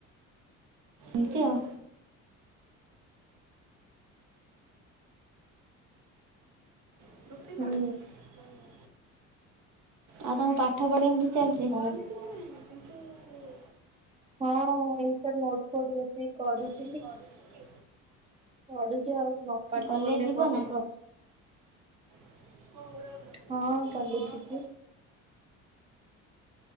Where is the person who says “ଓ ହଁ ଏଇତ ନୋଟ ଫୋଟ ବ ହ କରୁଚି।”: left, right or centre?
Right